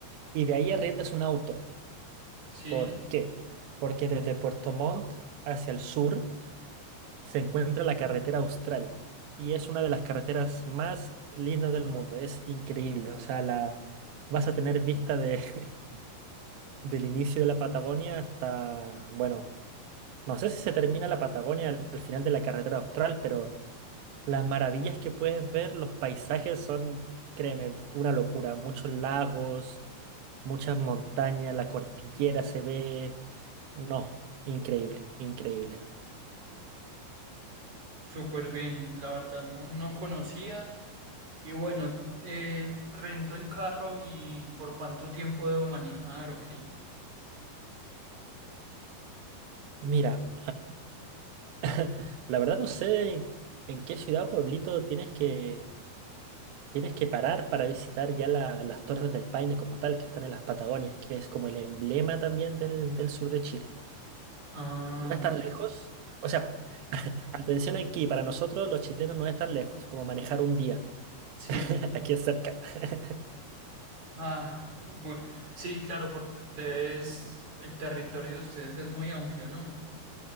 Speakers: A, on the right; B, on the right.
A: Y de ahí arriendas un auto.
B: Sí,
A: ¿Por qué? Porque desde Puerto Montt hacia el sur se encuentra la carretera Austral y es una de las carreteras más lindas del mundo. Es increíble, o sea, la, vas a tener vista de, <laughs> del inicio de la Patagonia hasta, bueno, no sé si se termina la Patagonia al, al final de la carretera Austral, pero las maravillas que puedes ver, los paisajes son, créeme, una locura. Muchos lagos, muchas montañas, la cordillera se ve, no, increíble, increíble.
B: súper bien, la verdad no, no conocía y bueno, eh, rento el carro y ¿por cuánto tiempo debo manejar o qué?
A: Mira, <laughs> La verdad no sé en, en qué ciudad o pueblito tienes que, tienes que parar para visitar ya la- las Torres del Paine como tal, que están en las Patagonias, que es como el emblema también del, del sur de Chile.
B: Ah,
A: No es tan
B: ok,
A: lejos. O sea, atención aquí, para nosotros los chilenos no es tan lejos como manejar un día. <laughs>
B: sí.
A: Aquí es cerca. <laughs>
B: Ah, bueno sí, claro, porque ustedes, el territorio de ustedes es muy amplio, ¿no?